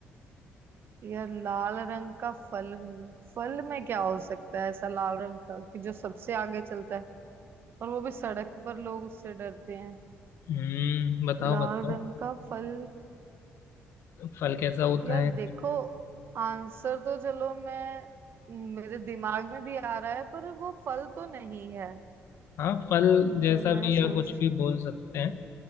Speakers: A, on the right; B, on the left.
A: यह लाल रंग का फल हूँ फल में क्या हो सकता है ऐसा लाल रंग का कि जो सबसे आगे चलता है और वो भी सड़क पर लोग उससे डरते हैं
B: हम्म बताओ
A: लाल
B: बताओ
A: रंग का फल
B: फल कैसा होता
A: यार
B: है
A: देखो आंसर तो चलो मैं मेरे दिमाग में भी आ रहा है पर वो फल तो नहीं है
B: हाँ फल जैसा
A: जो मैं
B: भी या
A: सोच
B: कुछ भी बोल सकते हैं